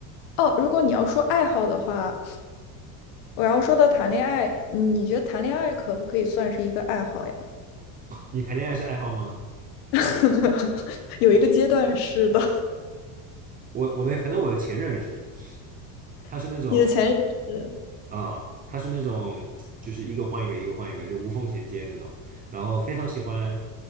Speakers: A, on the left (about 60°); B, on the right (about 20°).
A: 哦，如果你要说爱好的话，我要说到谈恋爱，你觉得谈恋爱可不可以算是一个爱好呀？
B: 你谈恋爱是爱好吗？
A: <laughs> 有一个阶段是的，
B: 我我我的，反正我的前任是，他是那种。
A: <laughs> 你的前任是。
B: 啊，他是那种就是一个换一个，一个换一个，就无缝衔接那种。然后非常喜欢，